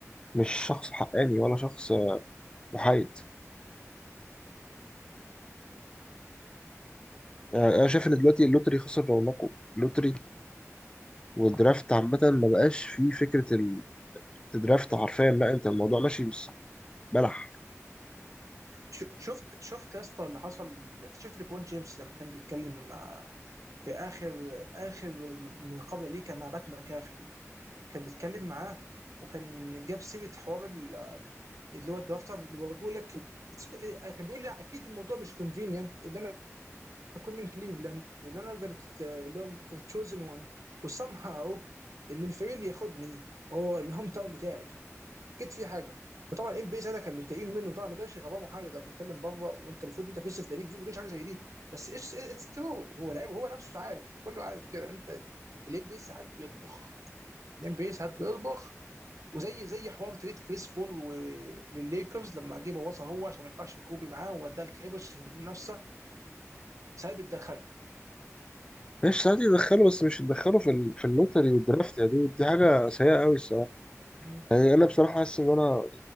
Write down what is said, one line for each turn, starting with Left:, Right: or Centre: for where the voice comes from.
Left: مش شخص حقاني ولا شخص آه، محايد يعني انا شايف ان دلوقتي اللوتري خسر رونقه اللوتري والدرافت عامه ما بقاش فيه فكره ال- الدرافت حرفيا لا انت الموضوع ماشي بس بلح
Right: ش- شفت شفت يا اسطى اللي حصل شفت ليبرون جيمس لما كان بيتكلم مع في اخر اخر مقابله ليه كان مع بات مكافي كان بيتكلم معاه وكان جاب سيره حوار ال- اللي هو الدرافت بيقول لك "It's- كان بيقول لي اكيد الموضوع مش كونفينينت اللي انا اكون من كليفلاند وان انا ذا اللي هو ذا تشوزن وان وسام هاو ان الفريق اللي ياخدني هو الهوم تاون بتاعي اكيد في حاجه فطبعا الام بي ساعتها كان متضايقين منه طبعا ما يقدرش يغباه حاجه ده بيتكلم بره وانت المفروض انت فيس اوف ذا ليج المفروض ما تقولش حاجه زي دي بس ايش اتس ترو هو لعيب هو نفسه عارف كله عارف كده انت الام بي ساعات بيطبخ الام بي ساعات بيطبخ وزي زي حوار تريد كريس بول و- للليكرز لما جه بوظها هو عشان ما ينفعش كوبي معاه ووداه الكليبرز عشان يبقى في منافسه ساعات بيتدخلوا
Left: ماشي ساعات يدخله بس مش يدخله في ال- في اللوتري والدرافت يا دود دي حاجه سيئه قوي الصراحه
Right: مم.
Left: يعني انا بصراحه حاسس ان انا